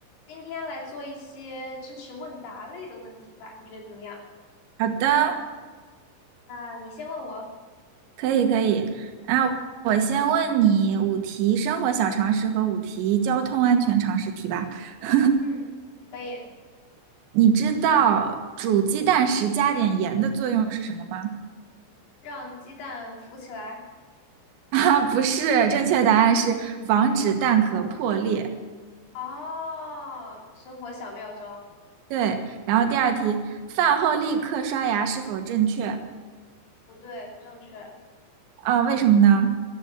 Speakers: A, on the left (about 65°); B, on the right (about 80°).
A: 今天来做一些知识问答类的问题吧，你觉得怎么样？
B: 好的，
A: 啊，你先问我。
B: 可以可以。啊，我先问你五题生活小常识和五题交通安全常识题吧。<laughs>
A: 嗯，可以。
B: 你知道煮鸡蛋时加点盐的作用是什么吗？
A: 让鸡蛋浮起来。
B: <laughs> 啊，不是，正确答案是防止蛋壳破裂。
A: 哦，生活小妙招。
B: 对，然后第二题，饭后立刻刷牙是否正确？
A: 不对，不正确。
B: 啊，为什么呢？